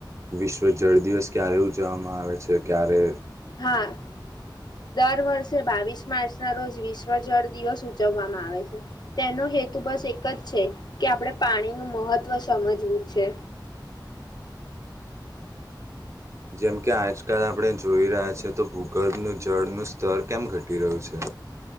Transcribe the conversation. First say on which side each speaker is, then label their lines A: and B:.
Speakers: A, on the right; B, on the left.
A: વિશ્વ જળ દિવસ ક્યારે ઉજવવામાં આવે છે? ક્યારે
B: હા. દર વર્ષે બાવીસ માર્ચના રોજ વિશ્વ જળ દિવસ ઉજવવામાં આવે છે. તેનો હેતુ બસ એક જ છે કે, આપણે પાણી નું મહત્વ સમજવું છે.
A: જેમ કે આજકાલ આપણે જોઈ રહ્યા છે તો ભૂગર્ભનું જળનું સ્તર કેમ ઘટી રહ્યું છે?